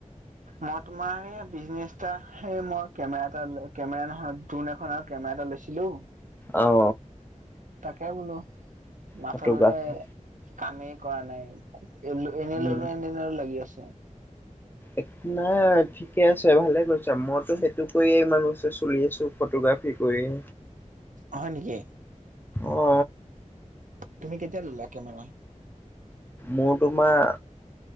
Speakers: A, on the right; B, on the left.
A: মই তোমাৰ বিজনেচটা সেই মই কেমেৰা এটা কেমেৰা নহয় ড্ৰোন এখন আৰু কেমেৰা এটা লৈছিলো
B: অ
A: তাকে বোলো মাথাদালে
B: ফটোগ্ৰাফাৰ
A: কামেই কৰা নাই এ এনেই
B: উম
A: ললো এনেই লৈ ললো লাগি আছে
B: একো নাই ঠিকে আছে ভালে কৈছা মইতো সেইটো কৰিয়ে ইমান বছৰ চলি আছো ফটোগ্ৰাফী কৰিয়ে
A: হয় নেকি
B: অ
A: তুমি কেতিয়া ললা কেমেৰা?
B: মোৰ তোমাৰ